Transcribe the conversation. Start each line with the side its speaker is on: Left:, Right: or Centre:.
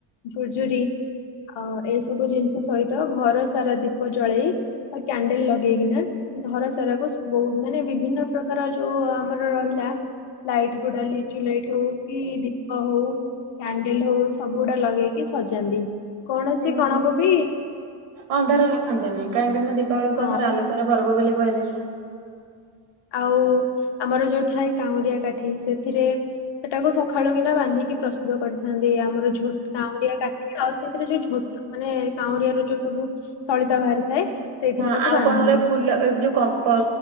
Left: ଝୁର୍, ଝୁରି ଆଉ ଏଇ ସବୁ ଜିନିଷ ସହିତ ଘର ସାରା ଦୀପ ଜଳେଇ ବା କ୍ୟାଣ୍ଡେଲ୍ ଲଗେଇକିନା ଧର ସାରାକୁ ବହୁ ମାନେ ବିଭିନ୍ନ ପ୍ରକାର ଯୋଉ ଆମର ରହିଲା ଲାଇଟ୍ ଗୁଡା ଲିଚୁ ଲାଇଟ୍ ହଉ କି ଦୀ ଦୀପ ହଉ କ୍ୟାଣ୍ଡେଲ ହଉ ସବୁ ଗୁଡା ଲଗେଇକି ସଜାନ୍ତି କୌଣସି
Right: ହୁଁ
Left: କଣ କୁ ବି
Right: ଅନ୍ଧାର ରଖନ୍ତିନି କାହିଁକି ନା ଦୀପାବଳିକୁ
Left: ହଁ
Right: ଆମର ଆଲୋକର ପର୍ବ ବୋଲି କୁହାଯାଏ।
Left: ଆଉ ଆମର ଯୋଉ ଥାଏ କାଉଁରିଆ କାଠି ସେଥିରେ ସେଟାକୁ ସକାଳୁ କିନା ବାନ୍ଧିକି ପ୍ରସ୍ତୁତ କରିଥାନ୍ତି ଆମର ଝୋ- କାଉରିଆ କାଠି ଆଉ ସେଥିରେ ଯୋଉ ଝୋଟ ମାନେ କାଉଁରିଆ କାଠିର ଯୋଉ ସବୁ ସଳିତା ବାହାରିଥାଏ ସେଇଥିରେ
Right: ହଁ
Left: ତାକୁ
Right: ଆଉ
Left: ବାନ୍ଧନ୍ତି
Right: କଣ ଗୋରେ ଫୁଲ ଏ ଯୋଉ କ- କ